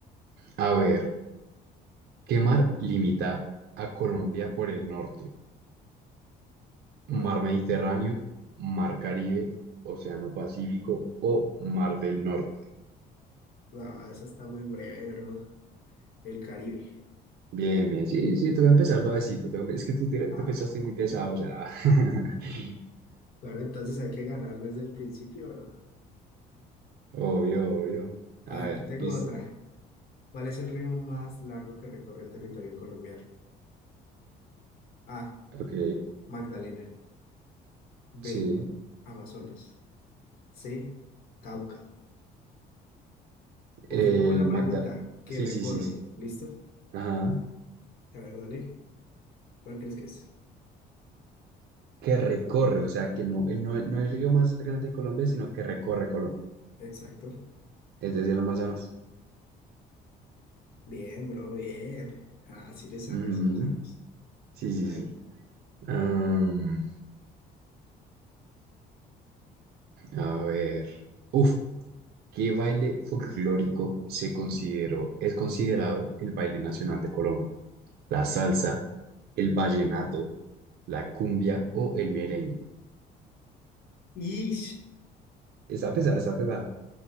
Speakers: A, on the right; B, on the left.
A: a ver, ¿qué mar limita a Colombia por el norte?
B: Por
A: Mar
B: el-
A: Mediterráneo, Mar Caribe, Océano Pacífico o Mar del Norte.
B: No, esa está muy breve, bro. El Caribe.
A: Bien, bien, sí, sí, toca empezar suavecito. toca empe- es que tú, tira- tú
B: Ah,
A: empezaste muy pesado ya.
B: ah.
A: <laughs>
B: Claro, entonces hay que ganar desde el principio, bro.
A: Obvio, obvio. A
B: A ver,
A: ver,
B: te tengo
A: listo.
B: otra. ¿Cuál es el río más largo que recorre el territorio colombiano? A.
A: Ok,
B: Magdalena. B.
A: sí.
B: Amazonas. C. Cauca. Ojito
A: El
B: con la pregunta.
A: Magda.
B: ¿Qué
A: Sí,
B: recorre?
A: sí, sí, sí.
B: ¿Listo?
A: Ajá.
B: A ver, dale. ¿Cuál crees que es?
A: Que recorre, o sea, que no, el, no, no el río más grande de Colombia, sino que recorre Colombia.
B: Exacto.
A: Es desde el Amazonas.
B: Bien, bro, bien. Ah, sí le sabes,
A: Ujú.
B: sí le Oh. sabes.
A: Sí, sí,
B: A
A: sí.
B: ver.
A: Am, a ver. Uf. ¿Qué baile folclórico se consideró, es considerado el baile nacional de Colombia? ¿La salsa, el vallenato, la cumbia o el merengue?
B: Y
A: Está pesada, está pesada.